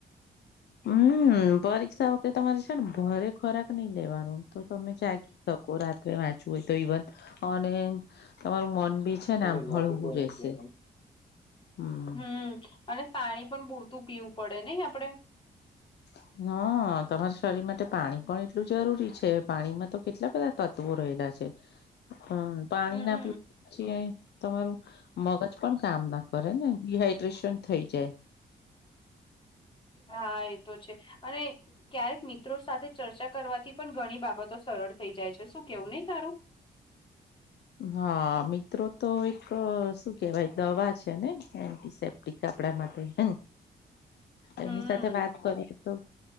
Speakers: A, on the left (about 80°); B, on the left (about 30°).
A: હમ પરીક્ષા વખતે તમારે છે ને ભરે ખોરાક નઈ લેવાનું તો તમે જાગી. શકો રાત્રે વાંચવું હોય, તો ઇવન અને તમારું મન બી છે. ને આમ
B: લઈ લો
A: હળવું
B: બી કોઈકી
A: રહેશે હમ
B: હ. પાણી પણ પૂરતું પીવું પડે નહીિ આપડે
A: હ તમારા શરીર માટે પાણી પણ એટલું જરૂરી છે પાણીમાં તો કેટલા બધા. તત્વો રહેલા છે, હમ પાણી
B: હમ
A: ના પીવા પી તમારું. મગજ પણ કામ ના કરે ને ડડીહાઈડ્રેશન થઈ જાય.
B: હા એતો છે, અને. ક્યારેક મિત્રો સાથે ચર્ચા કરવાથી પણ ઘણી બાબતો સરળ થઈ જાય છે શું કેવું નહી, તારુ <inaudible>
A: હા મિત્રો તો એક શું કેહેવાય દવા છેને એન્ટીસેપ્ટ કપડા માટે હ
B: હમ
A: એમની સાથે વાત કરીએ તો